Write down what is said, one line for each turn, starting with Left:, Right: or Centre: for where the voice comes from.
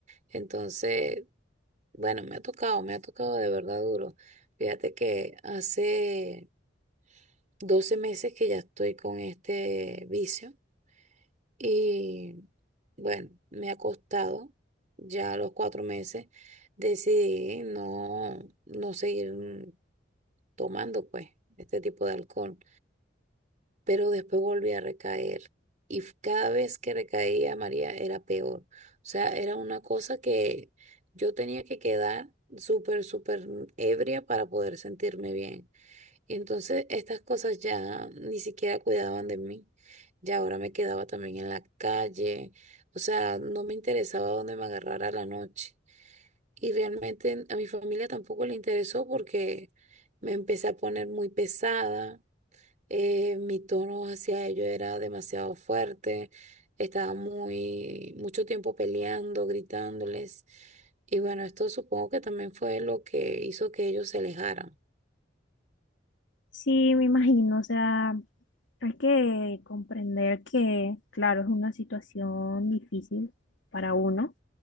Right: Entonces, bueno, me ha tocado, me ha tocado de verdad duro. Fíjate que hace 12 meses que ya estoy con este vicio. Y bueno, me ha costado ya a los cuatro meses. Decidí no, no seguir mm, tomando pues este tipo de alcohol, pero después volví a recaer. Y f- cada vez que recaía, María, era peor. O sea, era una cosa que yo tenía que quedar súper, súper ebria para poder sentirme bien. Y entonces estas cosas ya ni siquiera cuidaban de mí. Ya ahora me quedaba también en la calle. O sea, no me interesaba dónde me agarrara la noche. Y realmente a mi familia tampoco le interesó porque me empecé a poner muy pesada. eh, mi tono hacia ellos era demasiado fuerte. Estaba muy, mucho tiempo peleando, gritándoles. Y bueno, esto supongo que también fue lo que hizo que ellos se alejaran.
Left: Sí, me imagino, o sea, hay que comprender que, claro, es una situación difícil para uno